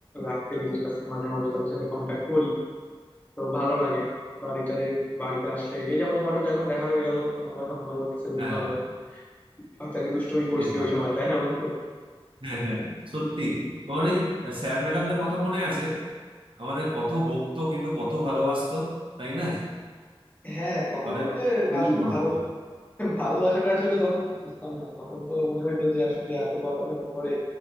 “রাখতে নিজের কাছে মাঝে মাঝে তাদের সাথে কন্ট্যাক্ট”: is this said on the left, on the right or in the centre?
Left